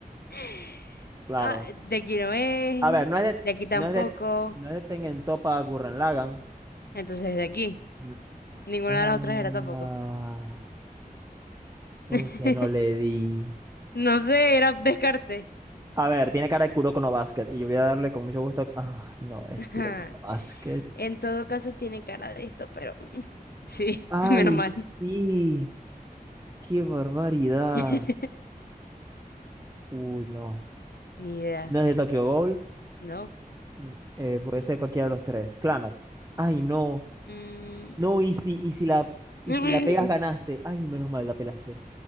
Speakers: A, on the left; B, on the right.
A: <laughs>
B: Claro.
A: Ah, de aquí no es,
B: A ver, no es de,
A: de aquí tampoco.
B: no es de, no es de Tengen Toppa Gurren Lagann.
A: Entonces, de aquí.
B: Mm.
A: Ninguna
B: Ah,
A: de las otras era tampoco.
B: ¿por
A: <laughs>
B: qué no le di?
A: No sé, era descarte.
B: A ver, tiene cara de Kuroko no Basket y yo voy a darle con mucho gusto. Ay, no, es
A: <laughs>
B: Kuroko no Basket.
A: En todo caso, tiene cara de esto, pero <laughs> sí,
B: Ay,
A: <laughs> menos mal.
B: sí, qué barbaridad.
A: <laughs>
B: Uy, no.
A: Ni idea,
B: No es de Tokyo Ghoul.
A: ¿no?
B: Mm, eh, puede ser cualquiera de los tres. Clannad. Ay, no.
A: Mm.
B: No, y si, y si la, y
A: <laughs>
B: si la pegas, ganaste. Ay, menos mal, la pelaste.